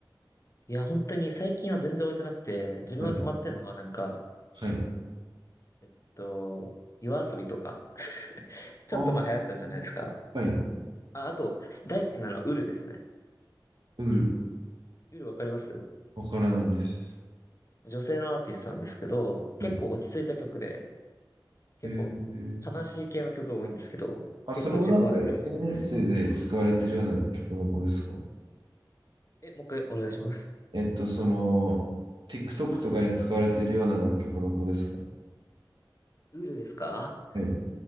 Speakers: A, on the left (about 40°); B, on the right (about 75°).
A: いや、本当に最近は全然終えてなくて、自分が止まってんのはなんか、
B: はい、
A: え
B: はい。
A: っと、夜遊びとか、ちょっと前流行ったじゃないですか。
B: あー、はい。
A: あ、あと、大好きなのはウルですね。
B: ウール、
A: ウルわかります
B: わからないです。
A: 女性のアーティストなんですけど、結構落ち着いた曲で、
B: はい。
A: 結構悲しい系の曲が多いんですけど、
B: えー、あ、
A: 結構自分はそれが好きなんです
B: それもなんか SNS で使われてるような曲の子ですか
A: よ。え、もう一回お願いします。
B: えっと、その、TikTok とかに使われてるような楽曲の子ですか
A: ウルですか
B: はい。